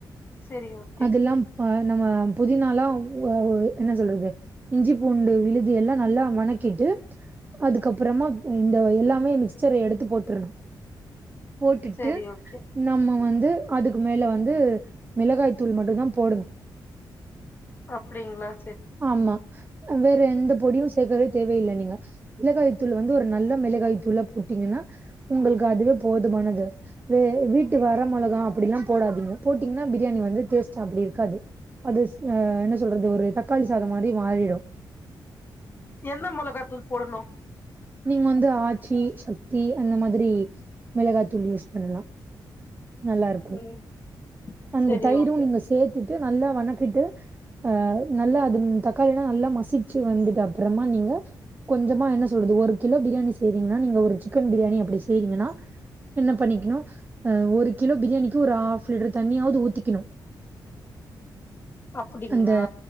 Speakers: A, on the left; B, on the right.
A: செரி ஓக்
B: அதெல்லாம் அ நம்ம புதினாளா என்ன சொல்றது இஞ்சி பூண்டு விழுது எல்லா நல்லா வணக் கிட்டு அதுக்கப்பறமா இந்த எல்லாமே மிக்சர் எடுத்து போட்டுருணு போட்டுட்டு
A: செரி ஓகே
B: நம்ம வந்து அதுக்கு மேல வந்து மிளகாய் தூள் மட்டுந்தா போடணு
A: அப்டிங்ளா செரி
B: ஆமா வேற எந்த பொடியு சேக்கவே தேவையில்ல நீங்க மிளகாய் தூள் வந்து ஒரு நல்ல மிளகாய் தூளா போட்டீங்கன்னா உங்களுக்கு அதுவே போதுமானது வே வீட்டு வர மொளகா அப்டில்லாம் போடாதீங்க போட்டீங்கன்னா பிரியாணி வந்து டேஸ்ட் அப்டி இருக்காது அது அ என்ன சொல்றது ஒரு தக்காளி சாதம் மாறி மாறிடு
A: எந்த மொளகாத்தூள் போடணு
B: நீங்க வந்து ஆச்சி சக்தி அந்த மாதிரி மிளகாத்தூள் யூஸ் பண்ணலா நல்லா இருக்கூ
A: ம்
B: அந்த
A: செரி
B: தயிரூ
A: ஓகே
B: நீங்க சேத்துட்டு நல்லா வணக்கிட்டு அ நல்லா அதும் தக்காளில்லா நல்லா மசிச்சு வந்துட்டு அப்பறமா நீங்க கொஞ்சமா என்ன சொல்றது ஒரு கிலோ பிரியாணி செய்றீங்கன்னா நீங்க ஒரு சிக்கன் பிரியாணி அப்டி செய்றீங்கன்னா என்ன பண்ணிக்ணு அ ஒரு கிலோ பிரியாணிக்கு ஒரு ஆஃப் லிட்டர் தண்ணியாவ்து ஊத்திக்கிணு
A: அப்டிங்களா
B: அந்த